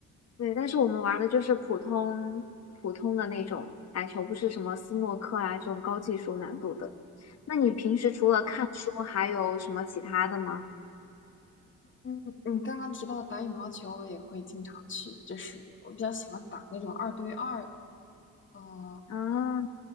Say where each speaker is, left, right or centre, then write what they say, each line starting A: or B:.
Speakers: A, on the left (about 55°); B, on the left (about 40°).
A: 对，但是我们玩的就是普通普通的那种台球，不是什么斯诺克啊这种高技术难度的。那你平时除了看书，
B: 嗯
A: 还有什么其他的吗？
B: 嗯，你刚刚提到的打羽毛球，我也会经常去，就是我比较喜欢打那种二对二，呃，
A: 啊，